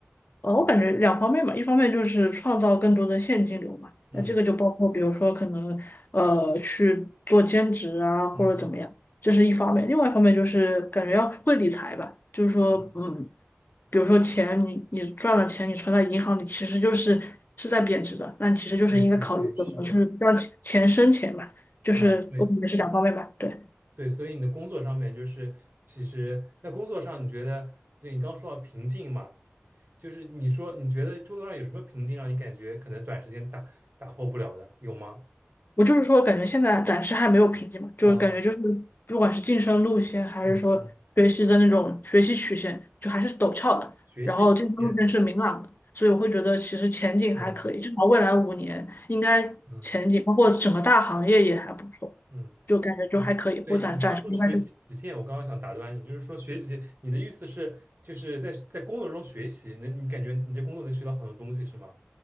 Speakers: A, on the left (about 50°); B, on the right (about 50°).
A: 呃，我感觉两方面吧，一方面就是创造更多的现金流嘛，
B: <laughs> 嗯
A: 那这个就包括比如说可能呃去做兼职啊或者怎么样，
B: 嗯嗯
A: 这是一方面；另外一方面就是感觉要会理财吧，就是说嗯，
B: 嗯，
A: 比如说钱你你赚了钱你存在银行里其实就是是在贬值的，那其实就是应该考虑怎么去让钱钱生钱嘛，
B: 对对对，是的。
A: 就是我感觉是两方面吧，
B: 啊，对，
A: 对。
B: 对，所以你的工作上面就是，其实那工作上你觉得，对你刚说到瓶颈嘛，就是你说你觉得工作上有什么瓶颈让你感觉可能短时间打打破不了的，有吗？
A: 我就是说，感觉现在暂时还没有瓶颈嘛，就是感觉就是不管是晋升路线，
B: 哦，
A: 还是说学习的那种学习曲线，
B: 嗯嗯，
A: 就还是陡峭的。
B: 学习曲线，
A: 然后晋升路线是明朗的，所以我会觉得其实前景还可以，
B: 嗯
A: 至少未来五年应该前景，
B: 嗯
A: 包括整个大行业也还不错，
B: 嗯
A: 就感觉就还可以。
B: 嗯，对你刚刚说学习曲线，
A: 我暂暂时应该就
B: 我刚刚想打断你，就是说学习，你的意思是就是在在工作中学习，那你感觉你这工作能学到很多东西是吗？